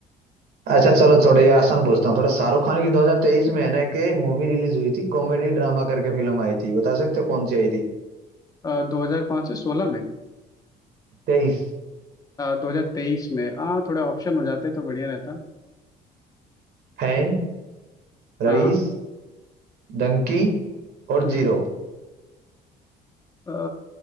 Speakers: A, on the right; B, on the left.
A: अच्छा चलो थोड़ा ये आसान पूछता हूँ थोड़ा शाहरुख खान की 2023 में है ना कि मूवी रिलीज हुई थी कॉमेडी ड्रामा करके फिल्म आई थी बता सकते हो कौन सी आई थी
B: हैं दो हजार कौन से सोलह में
A: तेईस
B: दो हजार तेईस में हाँ थोड़े ऑप्शन हो जाते तो बढ़िया रहता
A: फैन रईस
B: हाँ
A: डंकी और
B: हम्म
A: जीरो
B: अ,